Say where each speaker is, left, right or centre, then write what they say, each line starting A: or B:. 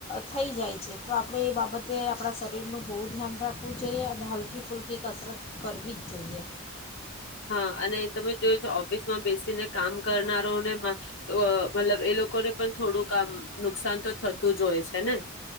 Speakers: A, on the left; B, on the left.
A: થઈ જાય છે તો આપડે એ બાબતે આપડા શરીરનું બહુ ધ્યાન રાખવું જોઈએ અને હલકી ફૂલકી કસરત કરવી જ જોઈએ.
B: હા અને તમે જોય છો ઓફિસમાં બેસીને કામ કરનારોનેમાં એવો મતલબ એ લોકોને પણ થોડું આમ નુકસાન તો થતું જ હોય છે ને.